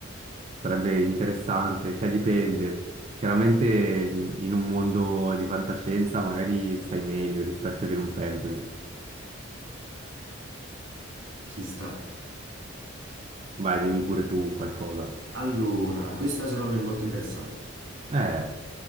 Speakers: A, on the right; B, on the right.
A: sarebbe interessante, cioè dipende. Chiaramente mh, in un mondo di fantascienza magari stai meglio rispetto che in un fantasy.
B: Ci sta.
A: Vai, dimmi pure tu qualcosa.
B: Allora, questa secondo me è molto interessante.
A: Eh.